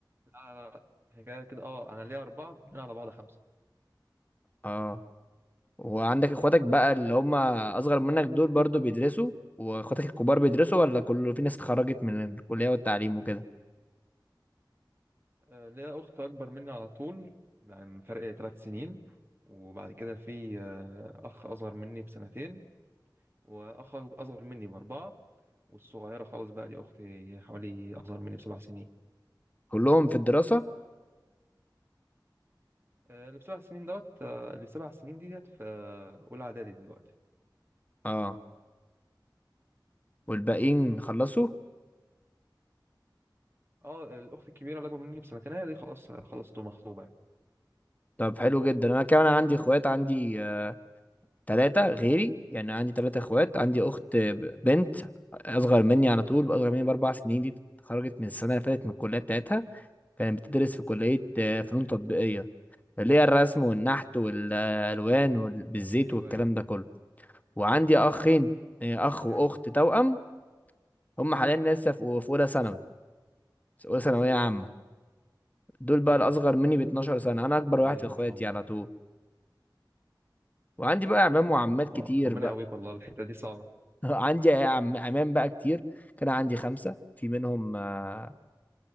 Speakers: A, on the right; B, on the left.
A: لا لا لا احنا كده كده اه انا ليا اربعة كلنا على بعض خمسة
B: اه وعندك اخواتك بقى اللي هم اصغر منك دول برضو بيدرسوا واخواتك الكبار بيدرسوا ولا كله في ناس اتخرجت من الكليه والتعليم وكده
A: آه، ليا اخت اكبر مني على طول يعني من فرق ثلاث سنين وبعد كده في آه، اخ اصغر مني بسنتين واخ اصغر مني باربعة والصغيرة خالص بقى دي اختي حوالي اصغر مني بسبع سنين
B: كلهم في الدراسه
A: آه، اللي بسبع سنين دوت آه، اللي سبع سنين دي ديت في آه، اولى اعدادي دلوقتي
B: اه والباقيين خلصوا
A: اه الاخت الكبيره اللي اكبر مني بسنتين هي دي خلاص خلاص تبقى مخطوبه يعني
B: طب حلو جدا انا كمان عندي اخوات عندي آه، تلاتة غيري يعني عندي تلاتة اخوات عندي اخت ب- بنت اصغر مني على طول اصغر مني باربع سنين دي اتخرجت من السنة اللي فاتت من الكلية بتاعتها كانت بتدرس في كلية آه، فنون تطبيقية اللي هي الرسم والنحت والالوان وال- بالزيت
A: ايوه
B: والكلام
A: ايوه
B: ده كله وعندي اخين آه، اخ واخت
A: ايوه
B: توأم هم حاليا لسه في في اولى ثانوي اولى ثانوية عامة دول
A: جميل
B: بقى الاصغر مني ب 12 سنة انا اكبر
A: جميل
B: واحد في اخواتي
A: ما شاء الله
B: على طول وعندي بقى اعمام
A: يا
B: وعمات
A: الله
B: كتير
A: ربنا
B: بقى.
A: يقويك والله الحته دي صعبه
B: <laughs> عندي عم- عمام بقى كتير كان عندي خمسة في منهم آه،